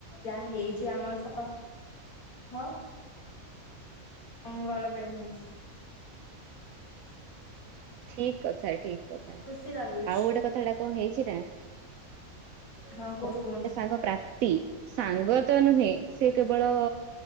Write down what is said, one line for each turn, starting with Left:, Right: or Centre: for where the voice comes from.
Left: ଯାହା ହେଇଚି ଆମ ସ ହ ମଙ୍ଗଳ ପାଇଁ ହେଇଛି।
Right: ଠିକ୍ କଥା ଠିକ୍ କଥା
Left: ଖୁସି ଲାଗୁଛି
Right: ଆଉ ଗୋଟେ କଥାଟା କଁ ହେଇଛି ନାଁ
Left: ହଁ
Right: ମୋର
Left: କୁହନ୍ତୁ କୁହନ୍ତୁ
Right: ଆଉ ଗୋଟେ ସାଙ୍ଗ ପ୍ରାପ୍ତି ସାଙ୍ଗ ତ ନୁହେଁ ସେ କେବଳ